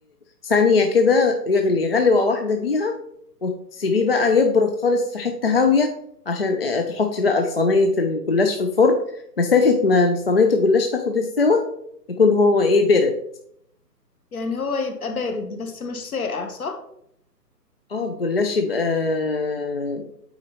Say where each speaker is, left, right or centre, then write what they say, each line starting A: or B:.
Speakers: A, on the left; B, on the left.
A: ثانية كده يغلي غلوة واحدة بيها وتسيبيه بقى يبرد خالص في حتة هاوية عشان آه، تحطي بقى صينية الجلاش في الفرن مسافة ما صينية الجلاش تاخد السوا يكون هو ايه برد
B: يعني هو يبقى بارد بس مش ساقع صح
A: اه الجلاش يبقى آه،